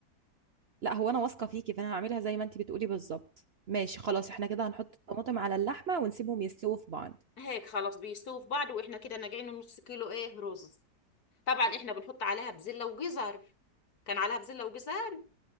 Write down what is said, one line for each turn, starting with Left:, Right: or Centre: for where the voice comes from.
Right: لا هو انا واثقة فيكي فانا هعملها زي ما انتي بتقولي بالظبط ماشي خلاص احنا كده هنحط الطماطم على اللحمة ونسيبهم يستووا في بعض
Left: هيك خلاص بيستووا في بعض واحنا كده ناقعين نص كيلو ايه رز طبعا احنا بنحط عليها بزله وجزر كان عليها بزله وجزر